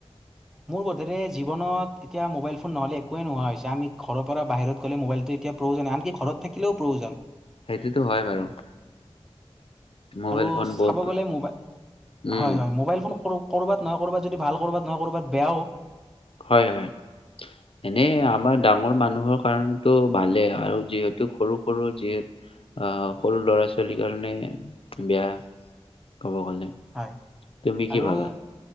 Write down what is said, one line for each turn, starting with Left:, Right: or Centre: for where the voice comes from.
Centre: মোৰ বোধেৰে জীৱনত এতিয়া মোবাইল ফোন নহ'লে একোৱে নোহোৱা হৈছে আমি ঘৰৰ পৰা বাহিৰত গ'লে মোবাইলটো এতিয়া প্ৰয়োজন আনকি ঘৰত থাকিলেও প্ৰয়োজন।
Left: সেইটোতো হয় বাৰু। মোবাইল
Centre: আৰু
Left: ফোন
Centre: চাব
Left: বহুত
Centre: গলে মবাই
Left: উম
Centre: হয় হয় মোবাইল ফোন কৰোঁ ক'ৰবাত নহয় ক'ৰবাত য ভাল ক'ৰবাত নহয় ক'ৰবাত বেয়া ও
Left: হয় হয় এনেই আমাৰ ডাঙৰ মানুহৰ কাৰণটো ভালেই আৰু যিহেতু সৰু সৰু যিহেতু অহ সৰু লৰা ছোৱালীৰ কাৰণে বেয়া ক'ব গ'লে
Centre: হয়
Left: তুমি কি
Centre: আৰু
Left: ভাবা